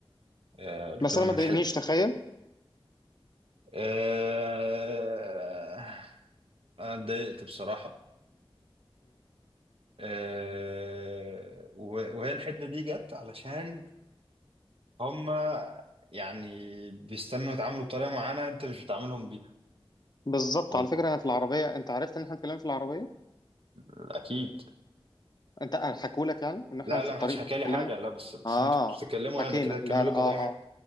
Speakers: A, on the right; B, on the left.
A: آه، قلت
B: بس
A: لهم
B: انا ما
A: الحد
B: ضايقنيش تخيل
A: آه، انا اتضايقت بصراحة آه، و- وهي الحدة دي جت علشان هما يعني بيستنوا يتعاملوا بطريقة معينة انت مش بتعاملهم بيها
B: بالظبط
A: وال-
B: على فكره انا في العربيه انت عرفت ان احنا اتكلمنا في العربيه
A: اكيد
B: انت أه، حكوا لك يعني ان احنا
A: لا
B: في
A: لا
B: الطريق
A: ما حدش حكى
B: اتكلمنا
A: لي حاجة لا بس بس
B: اه
A: انتوا كنتوا بتتكلموا
B: حكينا
A: يعني كده
B: لا
A: تكملوا
B: لا
A: كلامي
B: اه اه